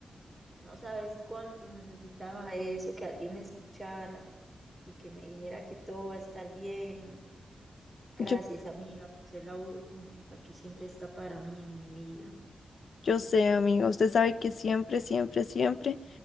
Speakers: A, in the centre; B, on the left.
A: No sabes cuánto necesitaba eso, que alguien me escuchara y que me dijera que todo va a estar bien. Gracias,
B: Yo,
A: amiga, por ser la u- única que siempre está para mí en mi vida.
B: yo sé, amiga usted sabe que siempre, siempre, siempre,